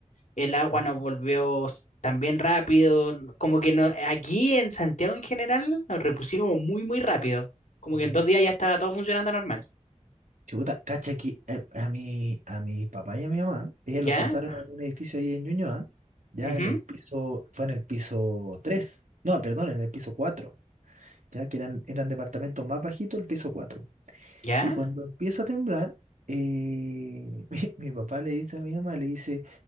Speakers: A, on the left; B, on the right.
A: El agua
B: Ah,
A: nos volvió s- también rápido. Como que no, aquí en Santiago en general nos repusimos muy, muy rápido. Como que
B: ya.
A: en dos días ya estaba todo funcionando normal.
B: Chuta, cacha que eh, a mi, a mi papá y a mi mamá, ellos
A: ¿Ya?
B: los pasaron en un edificio ahí en Ñuñoa, ya
A: Ujú,
B: en el piso, fue en el piso 3. no, perdón, en el piso 4. ya que eran, eran departamentos más bajitos, el piso 4.
A: ¿Ya?
B: Y cuando empieza a temblar, eh, <laughs> mi, mi papá le dice a mi mamá, le dice,